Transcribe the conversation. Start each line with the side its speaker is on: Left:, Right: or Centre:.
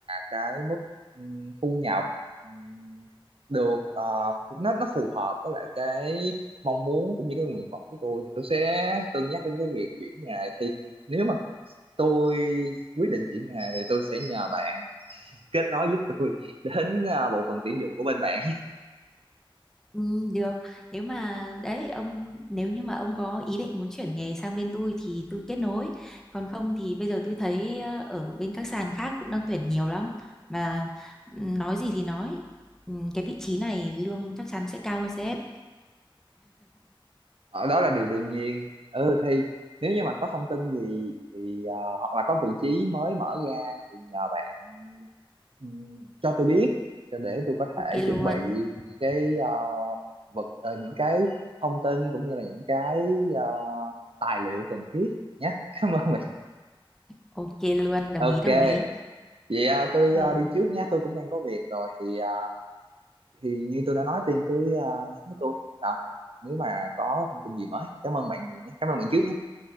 Right: cái mức ừm, thu nhập ừm, được ờ, nó nó phù hợp với lại cái mong muốn cũng như cái nguyện vọng của tôi thì tôi sẽ cân nhắc đến cái việc chuyển nghề thì nếu mà tôi quyết định chuyển nghề thì tôi sẽ nhờ bạn kết nối giúp tôi đến ờ, bộ phận tuyển dụng của bên bạn
Centre: Ừ, được nếu mà đấy ông nếu như mà ông có ý định muốn chuyển nghề sang bên tôi thì tôi kết nối còn không thì bây giờ tôi thấy ờ, ở bên các sàn khác cũng đang tuyển nhiều lắm mà ừ, nói gì thì nói ừ, cái vị trí này lương chắc chắn sẽ cao hơn CS
Right: Ờ, đó là điều đương nhiên ừ thì nếu như mà có thông tin gì thì ờ, hoặc là có vị trí mới mở ra thì nhờ bạn ừm, cho tôi biết cho để tôi có thể
Centre: ok
Right: chuẩn
Centre: luôn
Right: bị những cái ờ, vật ờ, những cái thông tin cũng như là những cái ờ, tài liệu cần thiết nhé <laughs> cảm ơn bạn
Centre: ok luôn đồng
Right: ok
Centre: ý đồng ý
Right: vậy ờ, tôi
Centre: rồi
Right: ờ, đi trước nha tôi cũng đang có việc rồi thì ờ, thì như tôi đã nói tiên cứ ờ, nhắn với tôi Ờ, nếu mà có thông tin gì mới cảm ơn bạn nhiều nhé cảm ơn bạn trước nhé